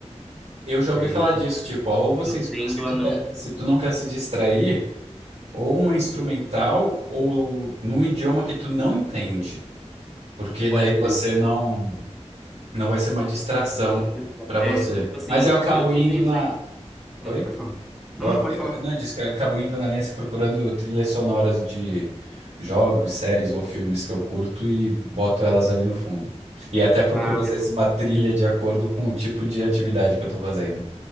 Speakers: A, on the right; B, in the centre.
A: Eu já
B: que
A: ouvi
B: aí
A: falar
B: eu te-
A: disso, tipo, ó, ou você,
B: eu
A: es-
B: tendo
A: se tu
B: a não
A: quer- se tu não quer se distrair, ou uma instrumental, ou num idioma que tu não entende, porque
B: Pode
A: daí você
B: crer.
A: não, não vai ser uma distração
B: Então, desculpa.
A: pra
B: É,
A: você.
B: e tipo assim,
A: Mas eu acabo
B: eu tenho
A: indo
B: isso,
A: na...
B: né? Ah,
A: Oi?
B: pode falar. Não,
A: Eu,
B: não,
A: ac-
B: pode
A: eu-
B: falar.
A: não, eu disse que eu acabo indo na Aliança procurando trilhas sonoras de jogos, séries ou filmes que eu curto e boto elas ali no fundo. E até procuro,
B: Ah,
A: às
B: legal.
A: vezes, uma trilha de acordo com o tipo de atividade que eu estou fazendo.